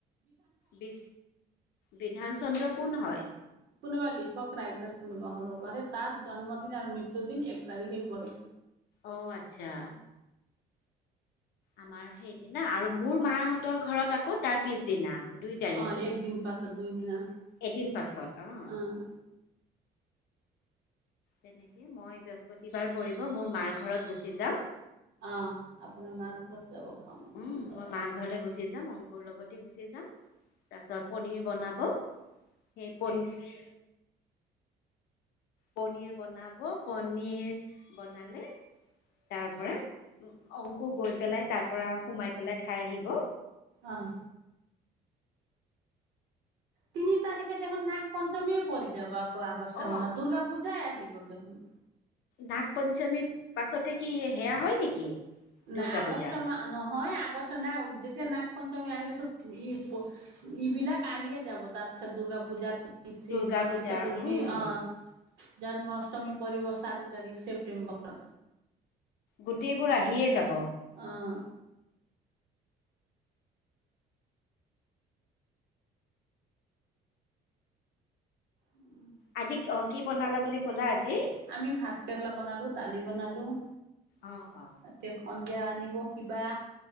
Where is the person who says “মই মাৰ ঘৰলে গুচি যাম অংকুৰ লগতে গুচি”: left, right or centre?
Left